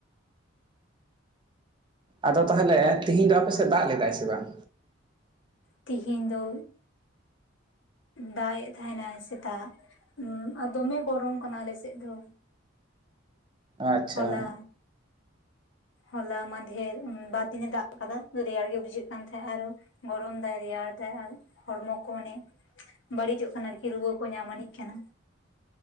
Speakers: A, on the right; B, on the left.
A: ᱟᱫᱚ ᱛᱟᱦᱚᱞᱮ, ᱛᱤᱦᱤᱧ ᱫᱚ ᱟᱯᱮ ᱥᱮᱫ ᱫᱟᱜ ᱞᱮᱫᱟᱭ ᱥᱮ ᱵᱟᱝ?
B: ᱛᱤᱦᱤᱧ ᱫᱳ ᱫᱟᱜ ᱮᱜ ᱛᱟᱦᱮᱱᱟᱭ ᱥᱮᱛᱟᱜ ᱾ ᱩᱸ ᱟᱨ ᱫᱚᱢᱮ ᱜᱚᱨᱚᱢ ᱠᱟᱱᱟ ᱟᱞᱮ ᱥᱮᱫ ᱫᱚ᱾
A: ᱟᱪᱪᱷᱟ᱾
B: ᱦᱚᱞᱟ ᱦᱚᱞᱟ ᱢᱟᱫᱷᱮᱨ, ᱵᱟᱨ ᱫᱤᱱᱮ ᱫᱟᱜ ᱠᱟᱫᱟ᱾ ᱨᱮᱭᱟᱲ ᱜᱮ ᱵᱩᱡᱷᱟᱹᱜ ᱠᱟᱱ ᱛᱟᱦᱮᱸᱫ ᱟᱨᱚ᱾ ᱜᱚᱨᱚᱢ ᱫᱟᱭ, ᱨᱮᱭᱟᱲ ᱫᱟᱭ ᱟᱨ ᱦᱚᱲᱢᱚ ᱠᱚ ᱚᱱᱮ ᱵᱟᱹᱲᱤᱡᱚᱜ ᱠᱟᱱᱟ ᱟᱨᱠᱤ᱾ ᱨᱩᱣᱟᱹ ᱠᱚ ᱧᱟᱢ ᱟᱱᱤᱡ ᱠᱟᱱᱟ᱾